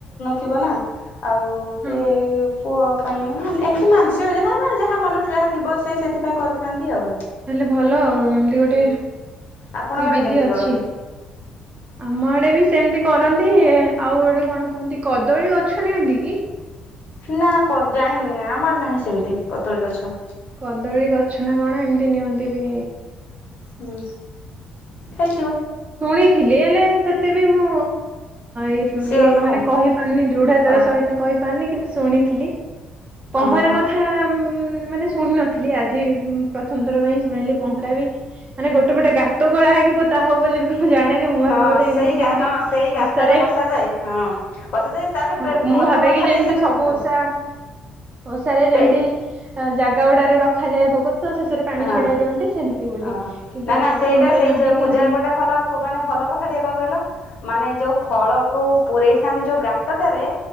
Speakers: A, on the left (about 55°); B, on the right (about 35°).
A: ଥିବ ନା ଆଉ
B: ହଁ
A: କିଏ। ପୁଅ ପାଇଁ ଏମିତି ମାଂସିକ ଯାହାର ମାନେ ଯାହା ମନରେ ଯାହା ଥିବ ସିଏ ସେଥିପାଇଁ କରିଥାନ୍ତି। ଆଉ।
B: ତାହେଲେ ଭଲ ଆଉ ଏମିତି ଗୋଟେ
A: ହୁଁ ଆପଣଙ୍କ
B: ବି
A: ଆଡେ
B: ବିଧି
A: କେମିତି
B: ଅଛି।
A: କରନ୍ତି?
B: ଆମ ଆଡେ ବି ସେମିତି। କରନ୍ତି ଆଉ ଏଡେ କଣ କହନ୍ତି କଦଳୀ ଗଛ ନିଅନ୍ତି କି?
A: ନା କ ଜାଣିନି ଆମ ଆଡେ ନାହିଁ ସେମିତି କଦଳୀ ଗଛ।
B: କଦଳୀ ଗଛ ନା କଣ ଏମିତି ନିଅନ୍ତି ବି‌।
A: ହୁଁ ହେ
B: ଶୁଣିଥିଲି ହେଲେ ସେତେ ବି ମୁଁ ଇଏ
A: ସିଓର ନୁହଁ।
B: ମାନେ କହିପାରୁନି ଦୃଢତା। ତା
A: ଓ
B: ର ସହିତ କହିପାରୁରନି। କିନ୍ତୁ ଶୁଣିଥିଲି ପହଁରା
A: ଓହୋ।
B: କଥା ମ ମାନେ ଶୁଣି ନଥିଲି ଆଜି ଉଁ। ପ୍ରଥମ ଥର ପାଇଁ ଶୁଣିଲି ପହଁରା ବି ମାନେ ଗୋଟେ ପଟେ ଗାତ ଖୋଳା ହେଇକି ପୋତା ହବ ବୋଲି ବି। ମୁଁ ଜାଣେନି ମୁଁ ଭାବେ
A: ହଁ
B: ବୋଧେ ଏମତି
A: ସେଇ ଗା
B: ଯେମିତି
A: ହଁ ସେଇ ଗାତରେ
B: ଓଷାରେ
A: ପଶାଯାଏ ହଁ ପଶାଯାଏ ତାପରେ
B: ହଁ
A: ବେ
B: ମୁ ମୁଁ
A: ଭଲ
B: ଭାବେ
A: କଥାଟିଏ
B: କିି ଯେମତି
A: ସେଥିରେ
B: ସବୁ
A: ହଁ
B: ଓଷା ଓଷାରେ ଯେମତି
A: ସେଇ
B: ଜାଗା ଗୁଡାରେ ର ରଖାଯାଏ ଭୋଗ ତ ଶେଷରେ ପାଣି
A: ହଁ
B: ଛଡେଇ ଦିଅନ୍ତି ସେମିତି ବୋଲି
A: ଓହୋ
B: କିନ୍ତୁ
A: ନା ନା
B: ପ୍ରଥମ
A: ସେଇଟା
B: ଥର
A: ସେଇ
B: ଜାଣଲି
A: ଯୋ
B: କି
A: ପୂଜା
B: ନାହିଁ।
A: ଗୋଟେ ଭଲ ଖୁବ ମାନେ ଭଲ କଥା ଟିଏ କଣ କହିଲ ମାନେ ଯୋଉ। ଫଳକୁ ପୂରେଇଥାନ୍ତି ଯୋଉ ଗାତଟାରେ